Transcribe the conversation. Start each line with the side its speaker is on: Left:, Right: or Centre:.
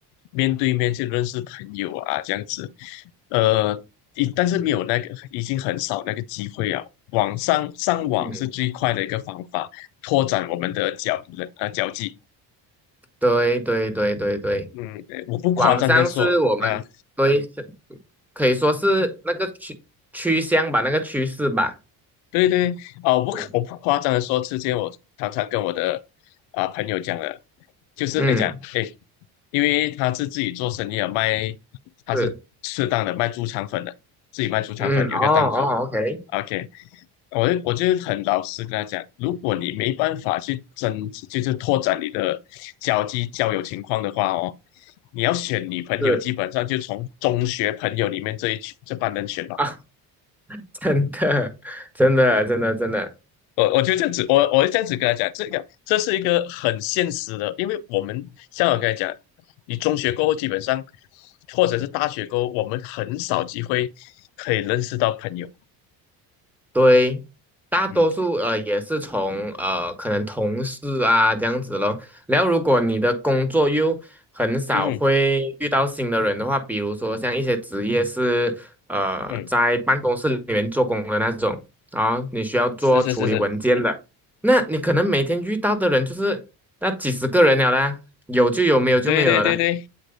Left: 面对面去认识朋友啊，这样子，呃，一但是没有那个，已经很少那个机会啊。网上上网是最快的一个方法，
Centre: 嗯，
Left: 拓展我们的交人呃交际。
Centre: 对对对对对，
Left: 嗯，我不夸张的说，
Centre: 网上是我们对是
Left: 啊、
Centre: 可以说是那个趋趋向吧，那个趋势吧，
Left: 对对，哦，不可，
Centre: 嗯
Left: 我不夸张的说，之前我常常跟我的啊、朋友讲的，就是哎讲哎，
Centre: 嗯
Left: 因为他是自己做生意啊，卖他是适当的卖猪肠粉的，
Centre: 是
Left: 自己卖猪肠粉有一个档口
Centre: 嗯哦哦，OK
Left: ，OK，我就我就很老实跟他讲，如果你没办法去增，就是拓展你的交际交友情况的话哦，你要选女朋友，
Centre: 是
Left: 基本上就从中学朋友里面这一群这帮人选
Centre: 啊，<laughs> 真的真的真的真的。
Left: 我我就这样子，我我就这样子跟他讲，这个这是一个很现实的，因为我们像我跟他讲，你中学过后基本上，或者是大学过后，我们很少机会可以认识到朋友。
Centre: 对，大多数呃也是从呃可能同事啊这样子咯。
Left: 嗯
Centre: 然后如果你的工作又很少会遇到新的人的话，
Left: 嗯
Centre: 比如说像一些职业是呃在办公室里面做工的那种啊，
Left: 嗯，
Centre: 你需要做处理文件的，
Left: 是是是是，
Centre: 那你可能每天遇到的人就是那几十个人了啦，有就有，没有就没有了啦
Left: 对对对对，